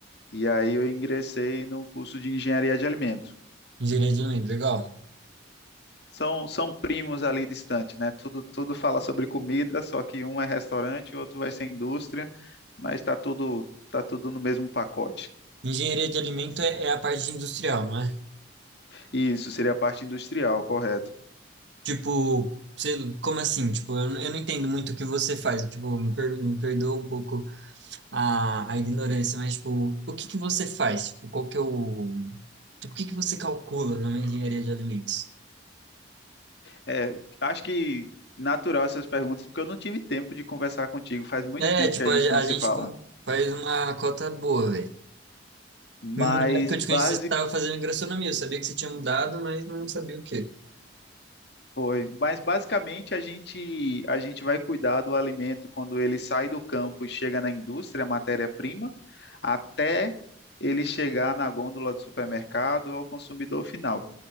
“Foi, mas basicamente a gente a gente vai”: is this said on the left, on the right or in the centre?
Left